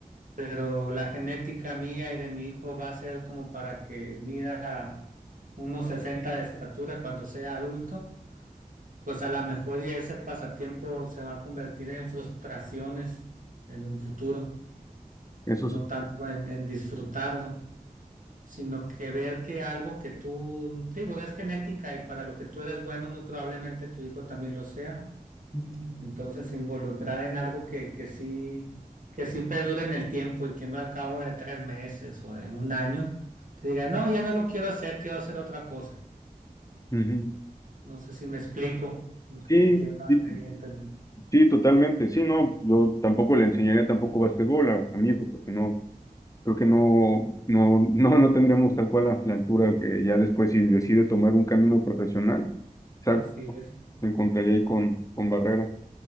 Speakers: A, on the right; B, on the left.
A: pero la genética mía y de mi hijo va a ser como para que mida unos 60 de estatura cuando sea adulto. pues a lo mejor y ese pasatiempo se va a convertir en frustraciones en un futuro,
B: eso
A: no
B: sí.
A: tanto en, en disfrutarlo, sino que ver que algo que tú, te digo, es genética y para lo que tú eres bueno, muy probablemente tu hijo también lo sea.
B: Mm.
A: Entonces, involucrar en algo que, que sí, que sí perdure en el tiempo y que no al cabo de tres meses o de un año te diga, no, ya no lo quiero hacer, quiero hacer otra cosa.
B: Ujú.
A: No sé si me explico lo que
B: Sí,
A: te quiero dar
B: sí,
A: ahí a entender.
B: sí, totalmente. Sí, no, yo tampoco le enseñaría tampoco básquetbol a, a mi hijo, porque no, creo que no, no, no, no tendremos tal cual la, la altura que ya después si decide tomar un camino profesional, exacto,
A: Así es.
B: se encontraría ahí con, con barreras.